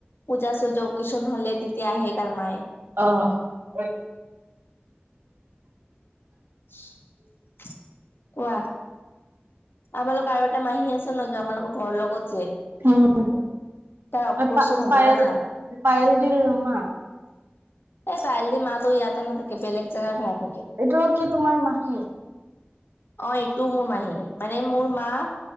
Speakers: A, on the left; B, on the right.
A: পূজা চোজা অক্কেচন হলে তেতিয়া আহে তাৰ মায়ে।
B: অ হয়
A: <inaudible> কোৱা আপোনালোকৰ আৰু এটা মাহী আছে ন আমাৰলোকৰ ঘৰৰ লগত যে।
B: উম
A: তাৰ অপাৰেচন
B: প
A: হ'ব
B: পায়ল
A: জানা।
B: পায়ল দিলমা।
A: এই কাইলি মাতো ইয়াতে নাথাকে বেলেগ জাগাই ভাড়া থাকে
B: এইটো কি তোমাৰ মাহী
A: অ এইটোও মোৰ মাহী মানে মোৰ মা